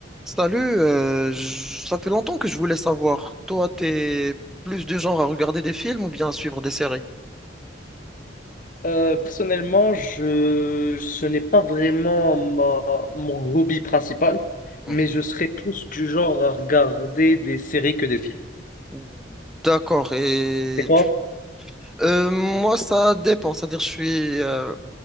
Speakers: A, in the centre; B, on the left.
A: Salut, euh, j- ça fait longtemps que je voulais savoir, toi, t'es plus du genre à regarder des films ou bien à suivre des séries?
B: Euh, personnellement, je, ce n'est pas vraiment ma, mon hobby principal,
A: Mhm.
B: mais je serais plus du genre à regarder des séries que des films.
A: D'accord, et
B: Et toi?
A: tu- euh, moi, ça dépend, c'est-à-dire je suis... euh,